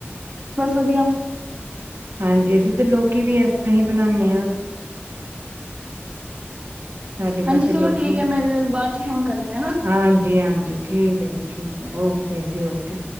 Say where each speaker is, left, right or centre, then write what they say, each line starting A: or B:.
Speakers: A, on the right; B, on the right.
A: ਬਸ ਵਧੀਆ,
B: ਹਾਂਜੀ, ਅਸੀਂ ਤੇ ਲੋਕੀ ਵੀ ਇਸ ਤਰ੍ਹਾਂ ਹੀ ਬਣਾਨੇ ਹਾਂ, ਸਾਡੇ
A: ਹਾਂਜੀ
B: ਘਰ ਦੇ
A: ਚਲੋ
B: ਲੋਕੀ
A: ਠੀਕ ਹੈ ਮੈਂ ਬਾਅਦ ਚ ਫੋਨ ਕਰਨੀ ਆ ਨਾ
B: ਹਾਂਜੀ-ਹਾਂਜੀ ਠੀਕ ਹੈ ਜੀ ਠੀਕ ਹੈ ਓਕੇ, ਜੀ ਓਕੇ,